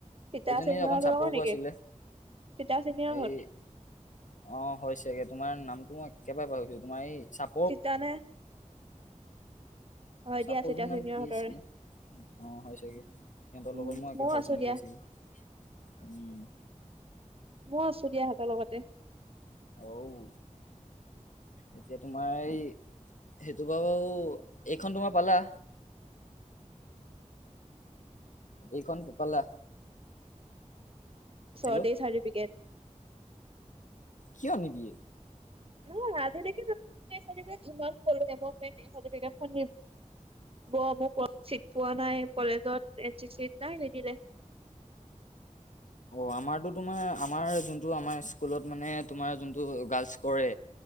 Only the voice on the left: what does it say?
এজনী
অকণ চাপৰকৈ
আছিলে।
এই অ হয় ছাগে তোমাৰ নামটো মই একেবাৰে পাহৰি থাকিলো। তোমাৰ এই ছাপ
চাপৰজনী
নাম কি আছিলে? অ হয় ছাগে। সিহঁতৰ
লগত মই একে
ভাল
চিনাকি
আছিলোঁ। উম।
অঔ। এতিয়া তোমা এই সেইটো বাও এইখন তোমা পালা। এইখন পালা।
হেল্ল'
কিয় নিদিয়ে?
অ আমাৰতো তোমাৰ আমাৰ যোনটো আমাৰ স্কুলত মানে তোমাৰ যোনটো গাৰ্লচ কৰে